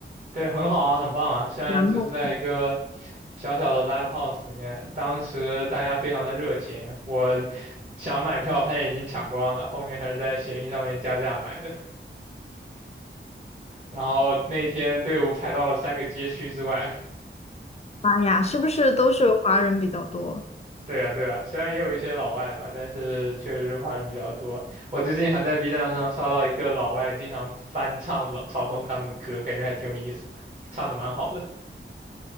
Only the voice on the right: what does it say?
对，很好啊，很棒啊，虽然只是在一个。
小小的 live house 里面，当时大家非常的热情，我想买票，发现已经抢光了，后面还是在闲鱼上面加价买的。然后那天队伍排到了三个街区之外。
对啊，对啊，虽然也有一些老外吧，但是确实是华人比较多。我最近还在 B 站上刷到一个老外经常翻唱老草东他们的歌，感觉还挺有意思的，唱的蛮好的。